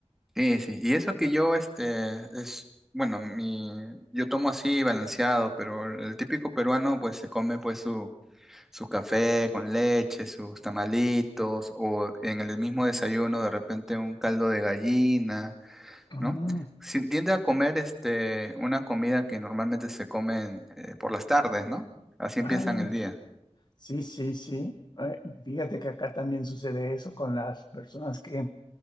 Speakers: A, in the centre; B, on the left (about 40°).
A: Sí, sí. Y eso que yo, este, es, bueno, mi, yo tomo así balanceado, pero el típico peruano, pues, se come, pues, su, su café con leche, sus tamalitos, o en el mismo desayuno, de repente, un caldo de gallina
B: Mm,
A: ¿no? Si- tiende a comer este, una comida que normalmente se comen eh, por las tardes, ¿no? Así empiezan
B: ah,
A: el día.
B: sí, sí, sí. Eh, fíjate que acá también sucede eso con las personas que